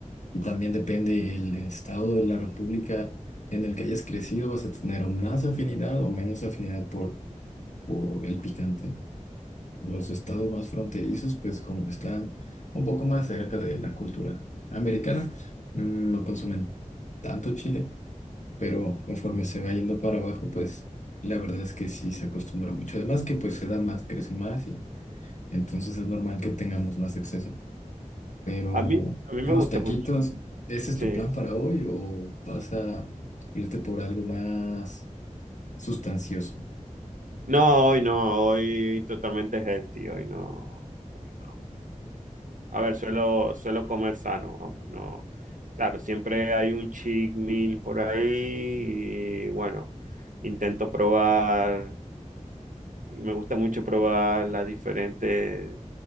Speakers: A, on the left; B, on the right.
A: Y también depende el estado de la república en el que hayas crecido, vas a tener o más afinidad o menos afinidad por, por el picante. Los estados más fronterizos, pues como están un poco más cerca de la cultura americana, mm, no consumen tanto chile, pero conforme se va yendo para abajo, pues la verdad es que sí se acostumbra mucho. Además que pues se da más, crece más y entonces es normal que tengamos más exceso. Pero
B: A mí, a mí me
A: unos
B: gusta
A: taquitos,
B: mucho.
A: ¿ese es
B: Sí.
A: tu plan para hoy o vas a irte por algo más sustancioso?
B: No, hoy no, hoy totalmente healthy, hoy no, hoy no. A ver, suelo, suelo comer sano, vamos, no. Claro, siempre hay un cheat meal por ahí y bueno, intento probar, y me gusta mucho probar las diferentes